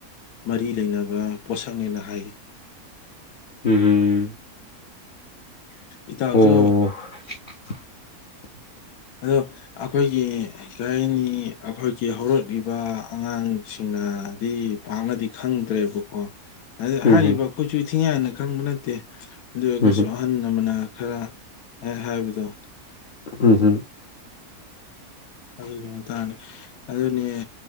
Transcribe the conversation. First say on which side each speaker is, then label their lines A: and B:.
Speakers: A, on the left; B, on the left.
A: ꯃꯔꯤ ꯂꯩꯅꯕ ꯄꯣꯠꯁꯛꯅꯦꯅ ꯍꯥꯏꯌꯦ
B: ꯎꯝ ꯎꯝ
A: ꯏꯇꯥꯎꯁꯨ
B: ꯑꯣ <unintelligible>
A: ꯑꯗꯣ ꯑꯩꯈꯣꯏꯒꯤ ꯀꯩꯍꯥꯏꯅꯤ ꯑꯩꯈꯣꯏꯒꯤ ꯍꯧꯔꯛꯂꯤꯕ ꯑꯉꯥꯡꯁꯤꯡꯅꯗꯤ ꯄꯥꯛꯅꯗꯤ ꯈꯪꯗ꯭ꯔꯦꯕ ꯀꯣ
B: ꯎꯝ
A: ꯍꯥꯏꯔꯤꯕ ꯑꯩꯈꯣꯏꯁꯨ ꯏ ꯊꯤꯡꯉꯥꯏꯅ ꯈꯪꯕ ꯅꯠꯇꯦ ꯑꯗꯨ ꯑꯣꯢꯔꯒꯁꯨ
B: ꯎꯝ
A: ꯑꯍꯜ ꯂꯃꯅ ꯈꯔ ꯍꯥꯏꯕꯗꯣ
B: ꯎꯝ ꯍꯝ
A: ꯑꯗꯨꯒꯤ ꯃꯇꯥꯡꯅꯦ ꯑꯗꯨꯅꯦ